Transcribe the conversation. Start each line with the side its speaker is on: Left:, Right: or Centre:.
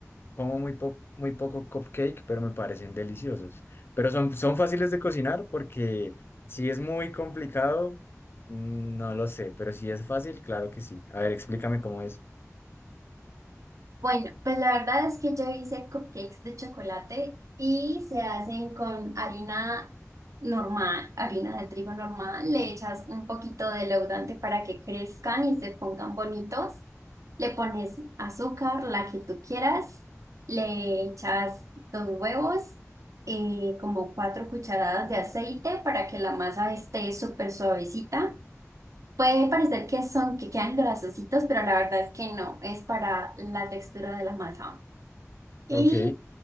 Left: como muy, po- muy poco cupcake, pero me parecen deliciosos. Pero son, son fáciles de cocinar porque si es muy complicado, mm, no lo sé, pero si es fácil, claro que sí. A ver, explícame cómo es.
Right: Bueno, pues la verdad es que yo hice cupcakes de chocolate y se hacen con harina normal, harina de trigo normal. Le echas un poquito de leudante para que crezcan y se pongan bonitos. Le pones azúcar, la que tú quieras. Le echas dos huevos, eh, como cuatro cucharadas de aceite para que la masa esté súper suavecita. Puede parecer que son, que quedan grasositos, pero la verdad es que no, es para la textura de la masa. Y,
Left: Ok,